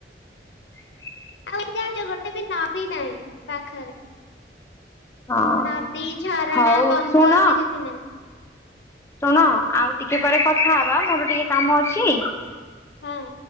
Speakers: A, on the left; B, on the left.
A: <inaudible>
B: ଆଉ ଜାଣିଛ ଗୋଟେ ବି ନଦୀ ନାହିଁ ପାଖରେ ।
A: ହଁ
B: ନଦୀ, ଝରଣା,
A: ହଉ
B: ବନ୍ଧ
A: ଶୁଣ
B: ଆମେ ଦେଖିନୁ।
A: ଶୁଣ ଆଉ ଟିକେ ପରେ କଥା ହବା ମୋର ଟିକେ କାମ ଅଛି ।
B: ହଁ